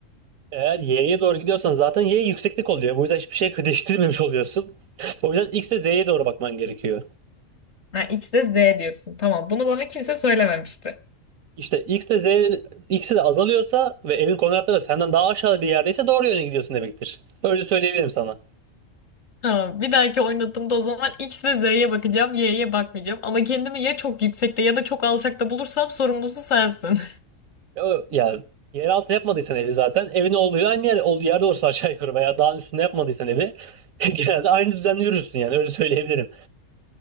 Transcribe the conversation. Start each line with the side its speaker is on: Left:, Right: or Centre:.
Right: Eğer y'ye doğru gidiyorsan zaten y yükseklik oluyor. Bu yüzden hiçbir şey değiştirmemiş oluyorsun. <laughs> O yüzden x'e z'ye doğru bakman gerekiyor.
Left: Ha, X'e Z diyorsun. Tamam, bunu bana kimse söylememişti.
Right: İşte X de Z ikisi de azalıyorsa ve evin koordinatları da senden daha aşağı bir yerdeyse doğru yöne gidiyorsun demektir. Öyle söyleyebilirim sana.
Left: Tamam, bir dahaki oynadığımda o zaman X ve Z'ye bakacağım, Y'ye bakmayacağım. Ama kendimi ya çok yüksekte ya da çok alçakta bulursam sorumlusu sensin.
Right: Ya, o- yani yeraltı yapmadıysan evi zaten evin olduğu aynı yer, olduğu yerde olursa aşağı yukarı veya dağın üstünde yapmadıysan evi <laughs> genelde aynı düzende yürürsün yani öyle söyleyebilirim.